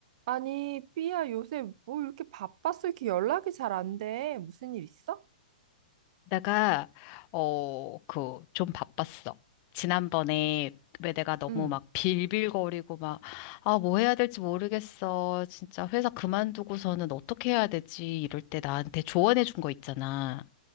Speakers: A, on the right; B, on the left.
A: 아니, 삐야, 요새 뭐 이렇게 바빴어? 이렇게 연락이 잘 안 돼. 무슨 일 있어?
B: 내가, 어, 그, 좀 바빴어. 지난번에, 왜 내가 너무
A: 응.
B: 막 빌빌거리고 막, 아, 뭐 해야 될지 모르겠어. 진짜 회사 그만두고서는 어떻게 해야 되지? 이럴 때 나한테 조언해 준 거 있잖아.